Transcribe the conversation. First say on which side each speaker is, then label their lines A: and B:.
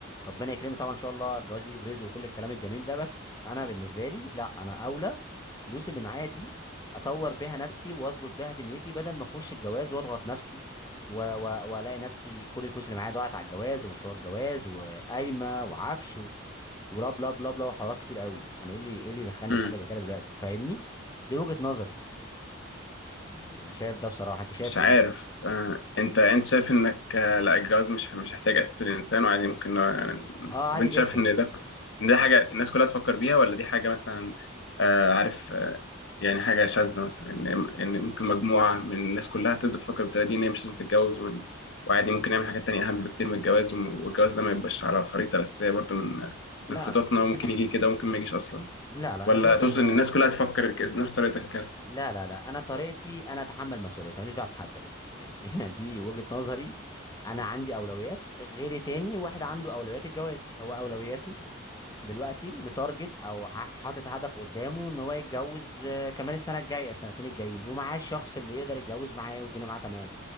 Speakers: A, on the left; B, on the left.
A: ربنا يكرمني طبعا ان شاء الله الجواز بيجي برزق وكل الكلام الجميل ده بس انا بالنسبه لي لا انا اولى الفلوس اللي معايا دي اطور بيها نفسي واظبط بيها دنيتي بدل ما اخش الجواز واضغط نفسي و- و- والاقي نفسي كل الفلوس اللي معايا ضاعت على الجواز ومشروع الجواز وقايمه وعفش و- ولا بلا بلا بلا وحوارات كتير قوي انا ايه اللي ايه اللي دخلني
B: امم
A: في حاجه زي كده دلوقتي فاهمني دي وجهه نظري يعني انا شايف ده بصراحه انت شايف
B: مش
A: ايه
B: عارف آه، انت انت شايف انك آه، لا الجواز مش مش هيحتاج اساس الانسان وعادي ممكن ن-
A: اه
B: طب
A: عادي
B: انت
A: جدا
B: شايف ان ده ان ده حاجه الناس كلها تفكر بيها ولا دي حاجه مثلا آه، عارف آه، يعني حاجه شاذه مثلا ان ان ممكن مجموعه من الناس كلها تبدا تفكر بالطريقه دي ان هي مش لازم تتجوز وإن- وعادي ممكن نعمل حاجات تانية اهم بكتير من الجواز وم- والجواز ده ما يبقاش على الخريطه الاساسيه برضو من
A: لا
B: من خططنا
A: لا
B: وممكن
A: <clears throat>
B: يجي كده وممكن ما يجيش اصلا
A: لا لا
B: ولا
A: انا شايف
B: تقصد
A: ان هي
B: ان الناس كلها تفكر ك- نفس طريقتك كده
A: لا لا لا انا طريقتي انا اتحمل مسؤوليتي ماليش دعوه بحد يا باشا يعني <laughs> انا دي وجهه نظري انا عندي اولويات غيري تاني واحد عنده اولويات الجواز هو اولوياته دلوقتي متارجت او ع- حاطط هدف قدامه ان هو يتجوز آه، كمان السنه الجايه السنتين الجايين ومعاه الشخص اللي يقدر يتجوز معاه والدنيا معاه تمام